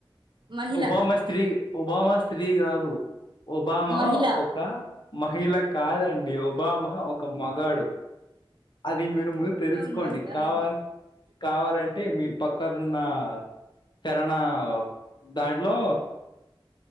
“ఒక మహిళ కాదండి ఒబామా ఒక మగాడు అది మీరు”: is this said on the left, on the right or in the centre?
Left